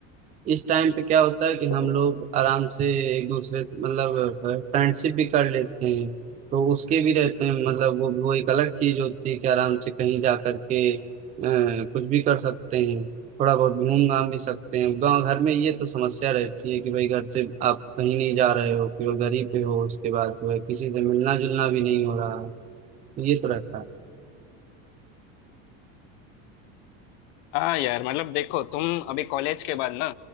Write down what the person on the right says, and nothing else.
इस टाइम पे क्या होता है कि
हम लोग आराम से एक दूसरे से मतलब फ्रेंडशिप भी कर लेते हैं तो उसके भी रहते हैं मतलब वो वो एक अलग चीज होती है कि आराम से कहीं जा करके अ, कुछ भी कर सकते हैं थोड़ा बहुत घूम घाम भी सकते हैं गाँव घर में ये तो समस्या रहती है कि भाई घर से आप कहीं नहीं जा रहे हो केवल घर ही पे हो उसके बाद जो है किसी से मिलना जुलना भी नहीं हो रहा है ये तो रहता है